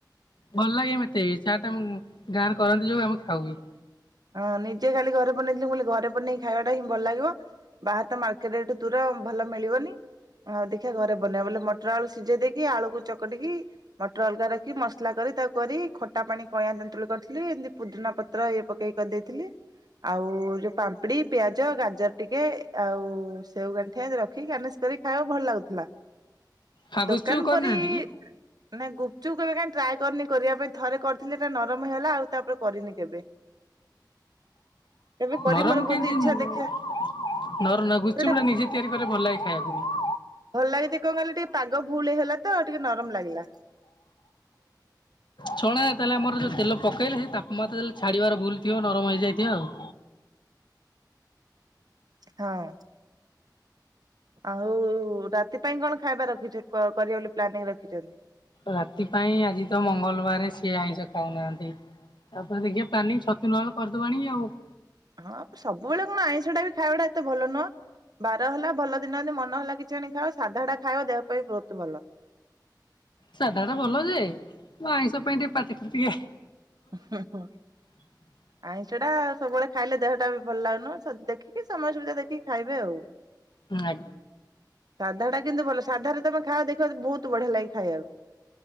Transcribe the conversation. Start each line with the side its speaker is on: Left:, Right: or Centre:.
Left: ଭଲ ଲାଗେ ମେତେ ଚାଟ ଆମ ଗାଁରେ କରନ୍ତି ଯୋଉ ଆମେ ଖାଉ ବି
Right: ହଁ, ନିଜେ ଖାଲି ଘରେ ବନେଇ ଥିଲି ମୁଁ କହିଲି ଘରେ ବାନେଇକି ଖାଇବାଟା ହିଁ ଭଲ ଲାଗିବ। ବାହାର ତ ମାର୍କେଟ ଏ ଠୁ ଦୂର ଭଲ ମିଳିବନି। ଆଉ ଦେଖିବା ଘରେ ବନେଇବା ବୋଲେ ମଟର ଆଳୁ ସିଝେଇ ଦେଇକି ଆଳୁକୁ ଚକଟିକି ମଟର ଅଲଗା ରଖିକି ମସ ସଖିଲା କରି ତାକୁ କରି ଖଟା ପାଣି କଇଆଁ ତେନ୍ତୁଳି କରିଥିଲି ଏମିତି ପୁଦ୍ରିନା ପତ୍ର ଇଏ ପକେଇି କରିଦେଇଥିଲି। ଆଉ ଯୋଉ ପାମ୍ପୁଡି ପିଆଜ ଗାଜର ଟିକେ ଆଉ ସେଓ ଗଣ୍ଠିଆର ଠିକ୍ ଗାନେସ କରି ଖାଇବ ଭଲ ଲାଗୁଥିଲା।
Left: ଆଉ ଗୁପଚୁପ୍
Right: ଦୋକାନ
Left: କରିନାହାନ୍ତି
Right: ପରି ମାନେ
Left: କି
Right: ଗୁପଚୁପ କେବେ କାଇ ଟ୍ରାଏ କରିନି କରିବା ପାଇଁ ଥରେ କରିଥିଲି ଏଟା ନରମ ହେଇଗଲା ଆଉ ତାପରେ କରିନି କେବେ। କେବେ କରିବି
Left: ନରମ
Right: ମୋର ବହୁତ
Left: କେମିତି
Right: ଇଚ୍ଛା
Left: ନର
Right: ଦେଖିବା
Left: ନାଗୁଚ
Right: ଗୋଟେ
Left: ଗୁପଚୁପଟା ନିଜେ ତିଆରିକଲେ ଭଲ ଲାଗେ ଖାଇବାକୁ ବି।
Right: ଭଲ ଲାଗେଯେ କଣ କହିଲ ଟିକେ ପାଗ ଭୁଲ ହେଇଗଲା ତ ଟିକେ ନରମ ଲାଗିଲା।
Left: ଛଣା ତାହେଲେ ଆମର ଯୋଉଁ ତେଲ ପକେଇଲେ ସେ ତାପାମାତ୍ରା ତାହେଲେ ଛାଣିବାର ଭୂଲ ଥିବ ନରମ ହେଇଯାଇଥିବ ଆଉ।
Right: ହଁ। ଆଉ ରାତି ପାଇଁ କଣ ଖାଇବା ରଖିଛ କରିବ ବୋଲି ପ୍ଲାନିଂ ରଖିଛ।
Left: ରାତି ପାଇଁ ଆଜି ତ ମଙ୍ଗଳବାର ସିଏ ଆଇଁଷ ଖାଉନାହାନ୍ତି। ତାପରେ ଦେଖିବା ପ୍ଲାନିଂ ଛତୁ ନହେଲେ କରିଦବୁ ଆଣିକି ଆଉ।
Right: ହଁ ସବୁବେଳେ କଣ ଆଇଁଷଟା ବି ଖାଇବା ଟା ଏତେ ଭଲ ନୁହଁ। ବାର ହେଲା ଭଲ ଦିନ ମନ ହେଲା କିଛି ଆଣି ଖାଅ ସାଧା ଟା ଖାଅ ଦେହ ପାଇଁ ବହୁତ ଭଲ।
Left: ସାଧାଟା ଭଲ ଯେ ଆଇଁଷ ପାଇଁ ଟିକେ ପାଟି ଫାଟି ଟିକେ
Right: ହୁଁ ହୁଁ।
Left: ‌ <inaudible>
Right: ଆଇଁଷଟା ସବୁବେଳେ ଖାଇଲେ ଦେହଟା ବି ଭଲ ଲାଗନ ଦେଖିକି ସମୟ ସୁବିଧା ଦେଖିକି ଖାଇବେ ଆଉ।
Left: ଆ-
Right: ସାଧା ଟା କିନ୍ତୁ ଭଲ ସାଧାରେ ତମେ ଖାଅ ଦେଖିବ ବହୁତ ବଢିଆ ଲାଗେ ଖାଇବାକୁ।